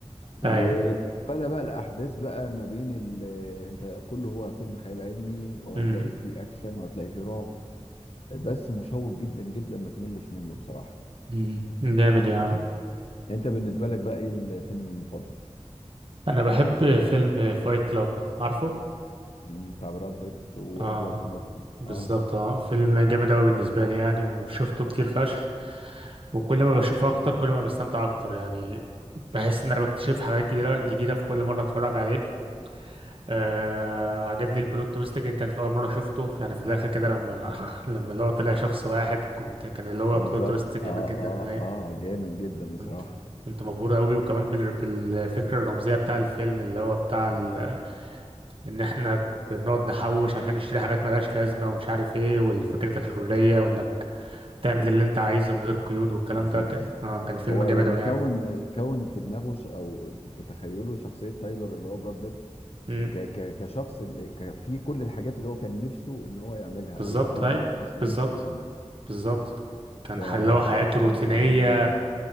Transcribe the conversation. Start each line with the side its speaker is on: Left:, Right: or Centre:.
Left: وتتوالى
Right: اي
Left: بقى الاحداث بقى ما بين ال... انت كله هو فيلم خيال علمي وهتلاقي
Right: امم
Left: فيه اكشن وهتلاقي فيه رعب بس مشوق جدا جدا ما تملش منه بصراحه
Right: امم جامد يا عم
Left: انت بالنسبه لك بقى ايه الفيلم المفضل
Right: انا بحب فيلم فايت كلاب عارفه
Left: مم، بتاع براد بيت وادوارد
Right: اه
Left: نورتون
Right: بالظبط
Left: اه
Right: اه فيلم جامد أوي بالنسبة لي يعني وشفته كتير فشخ وكل ما بشوفه أكتر كل ما بستمتع أكتر يعني بحس إن أنا بكتشف حاجات جديدة جديدة في كل مرة أتفرج عليه آه عجبني البلوت تويست جدا في أول مرة شفته يعني في الآخر كده لما <laughs> لما اللي هو طلع شخص واحد كنت كان اللي هو
Left: بالظبط
Right: بلوت تويست جامد
Left: اه
Right: جدا
Left: اه
Right: أي
Left: اه جامد جدا بصراحه
Right: كنت كنت مبهور أوي وكمان بال- بالفكرة الرمزية بتاع الفيلم اللي هو بتاع ال... إن إحنا بنقعد نحوش عشان نشتري حاجات ملهاش لازمة ومش عارف ايه والفكرة الحرية وانك تعمل اللي انت عايزه من غير قيود والكلام
Left: بالظبط
Right: ده كان اه كان فيلم
Left: هو
Right: جامد
Left: يعني
Right: اوي
Left: كون
Right: يعني
Left: كون في دماغه ش... او في تخيله شخصيه تايلور اللي هو براد بيت
Right: امم
Left: ك... ك... كشخص اللي ك... في كل الحاجات اللي هو كان نفسه ان هو يعملها
Right: بالظبط
Left: او يكون
Right: ايوه
Left: الشخص اللي
Right: بالظبط
Left: نفسه يكون
Right: بالظبط كان
Left: ففيلم
Right: ح- اللي هو حياته روتينية
Left: كان جميل جدا